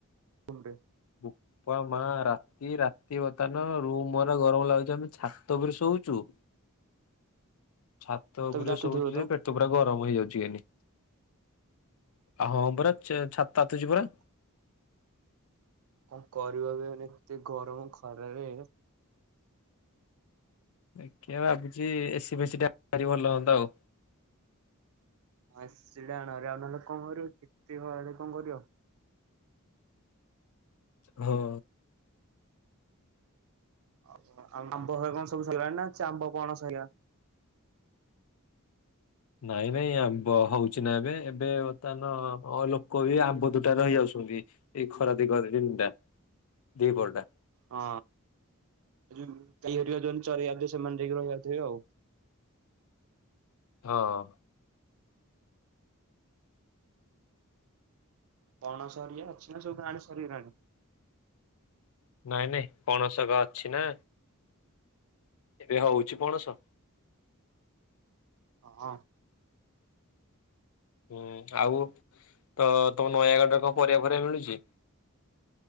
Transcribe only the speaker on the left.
ହ <unintelligible> ବୋପା ମା, ରାତି ରାତି ବର୍ତ୍ତମାନ ରୁମ୍ ରା ଗରମ ଲାଗୁଛି। ଆମେ ଛାତ ଉପରେ ଶୋଉଚୁ।
ଛାତ ଉପରେ
ଶୋଉଚୁଯେ।
ପେ ଛାତପୁରା ଗରମ ହେଇ ଯାଉଛି ଖାଲି। ହଁ ପରା ଛାତ ତାତୁଚି
ପୁରା।
ଦେଖିବା ଭାବୁଚି, ଏସିି ଫେଶୀ ଟା ଭଲ ହୁଅନ୍ତା ଆଉ।
ହଁ।
ନାଇଁ ନାଇଁ ଆମ୍ବ ହଉଛି ନା ଏବେ, ଏବେ ବର୍ତ୍ତମାନ ଅ ଲୋକ ବି ଆମ୍ବ ତୁଟାରେ ରହି ଯାଉଛନ୍ତି। ଏଇ ଖରା ଦିଗରେ ଦିନୁଟା, ଦିପହର ଟା।
ହଁ।
ନାଇଁ ନାଇଁ ପଣସଗ ଅଛି ନା। ଏବେ ହଉଛି ପଣସ?
ହୁଁ, ଆଉ ତ ତମ ନୟାଗଡ଼ରେ କଣ ପରିବା ଫରିବା ମିଳୁଛି?